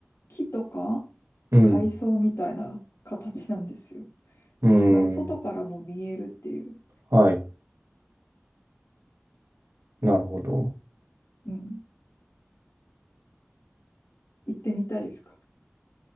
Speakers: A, on the left (about 85°); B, on the right (about 85°).
A: 木とか
B: うん、
A: 海藻みたいな形なんですよ。
B: うん、
A: それが外からも見えるっていう。
B: はい、なるほど。
A: うん。行ってみたいですか。